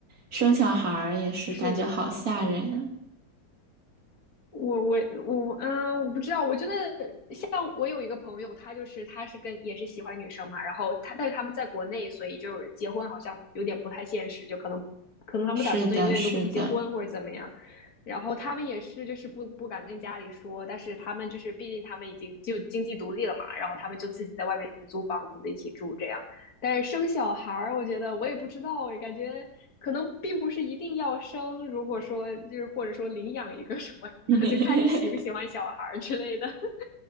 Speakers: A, on the right (about 50°); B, on the left (about 50°).
A: 生小孩儿也是感觉好吓人啊。
B: 是的。我我我嗯，我不知道。我觉得像我有一个朋友，他就是他是跟也是喜欢女生嘛，然后他但是他们在国内，所以就是结婚好像有点不太现实，就可能可能他们打算永远都不结婚或者怎么样。
A: 是的，是的。
B: 然后他们也是就是不不敢跟家里说，但是他们就是毕竟他们已经就经济独立了嘛，然后他们就自己在外面租房子一起住这样。但是生小孩儿，我觉得我也不知道诶，我感觉可能并不是一定要生。如果说就是或者说领养一个什么就看你喜不喜欢小孩之类的。
A: <laughs>
B: <laughs>